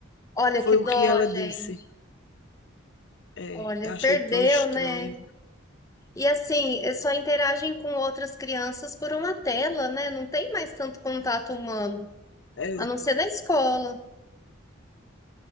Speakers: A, on the left; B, on the left.
A: Olha
B: Foi
A: que dó,
B: o que ela
A: gente.
B: disse. É,
A: Olha,
B: eu achei
A: perdeu,
B: tão estranho.
A: né? E assim, eh, só interagem com outras crianças por uma tela, né? Não tem mais tanto contato humano,
B: É,
A: a não ser na escola.